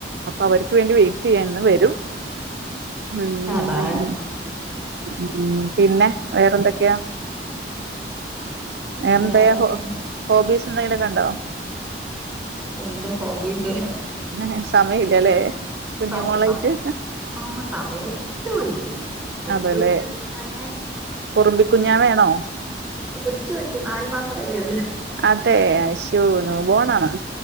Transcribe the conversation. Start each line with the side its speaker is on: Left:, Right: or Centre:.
Right: അവർക്ക് വേണ്ടി വെയിറ്റ് ചെയ്യാന്ന് വരും ഉം
Centre: അതാണ്
Right: ഉം പിന്നെ വേറെന്തൊക്കെയാ എന്തെയാ
Centre: വേറെ
Right: ഹോ
Centre: പിന്നെ
Right: ഹോബീസ് എന്തെങ്കിലൊക്കെണ്ടോ
Centre: എന്ത് ഹോബീസ്
Right: ഉം സമയ ഇല്ലല്ലേ കുഞ്ഞി
Centre: സമ
Right: മോളായിട്ട്
Centre: സ ആഹ് സമയം ഒട്ടും ഇല്ല <unintelligible>
Right: അതല്ലേ
Centre: ഏഹ്
Right: കുറുമ്പി കുഞ്ഞാവയാണോ
Centre: കൊച്ചു കൊച്ച് നാലു മാസം ആയതേ ഉള്ളു
Right: അതെ അശൂ ന്യൂബോണാണോ